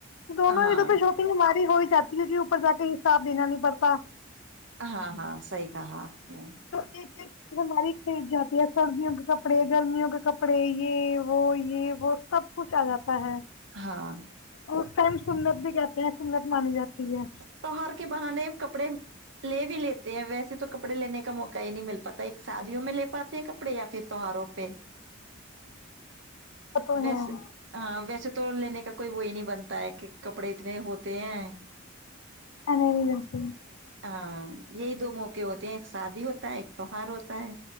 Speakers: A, on the left (about 75°); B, on the right (about 60°).
A: دونوں
B: ہاں
A: ا د پہ چھوٹی بیماری ہوئی چچلیٹی اوپر جا کے حساب دینا نہیں پڑتا
B: ہاں ہاں صحیح کہا نے
A: <inaudible> ہماری پھیچ جاتی ہے سردیوں کے کپڑے گرمیوں کے کپڑے یہ وہ یہ وہ سب کچھ آ جاتا ہے
B: ہاں
A: اور اس ٹائم سنت بھی کہتے ہیں سنت مانے جاتی ہے
B: تیوہر کے بنانے کپڑے لے بھی لیتے ہیں ویسے تو کپڑے لینے کا موقع ہی نہیں مل پاتا ایک شادیوں میں لے پاتے ہیں کپڑے یا پھر تیوہاروں پہ
A: وہ تو
B: ویسے
A: ہے ایسے
B: ہاں ویسے تو لینے کا کوئی وہی نہیں بنتا ہے کہ کپڑے اتنے ہوتے ہیں
A: <inaudible>
B: ہاں یہی دو موقع ہوتے ہیں ایک شادی ہوتا ہے ایک تیوار ہوتا ہے